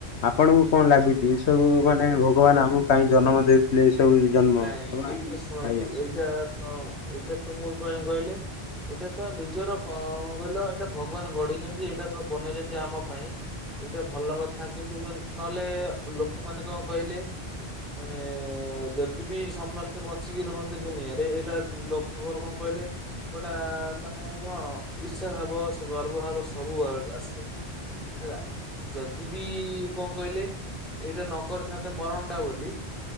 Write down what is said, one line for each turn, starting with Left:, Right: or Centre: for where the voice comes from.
Left: ଆପଣଙ୍କୁ କଣ ଲାଗିଛି ସବୁ ମାନେ ଭଗବାନ ଆମକୁ କାହିଁ ଜନ୍ମ ଦେଉ ଏଇ ସବୁ ଜନ୍ମ
Centre: ନାଇଁ ଏଇଟା
Left: ଆଜ୍ଞା।
Centre: ଶୁଣନ୍ତୁ ଏଇଟା ତ ଏଇଟା ତ ମୁଁ କଣ କହିଲେ ଏଇଟା ତ ନିଜର କ କହିଲ ଏଇଟା ଭଗବାନ ଗଢ଼ିଛନ୍ତି ଏଇଟା ପା ବନେଇଛନ୍ତି ଆମ ପାଇଁ। ଏଇଟା ଭଲ କଥା କିନ୍ତୁ ନହେଲେ ଲୋକମାନେ କଣ କହିଲେ ଏ ଏ ଏ ଯଦି ବି ସମସ୍ତେ ବଞ୍ଚିକି ରୁହନ୍ତି ଦୁନିଆରେ ଏଇଟା ଲୋକଙ୍କର କଣ କହିଲେ ଗୋଟା ମାନେ କଣ ଇର୍ଷା ଭାବ ଗର୍ବ ଭାବ ସବୁ ବା ଆସେ। ହେଲା। ଯଦି ବି କଣ କହିଲେ ଏଇଟା ନ କରିଥାନ୍ତେ ମରଣ ଟା ବୋଲି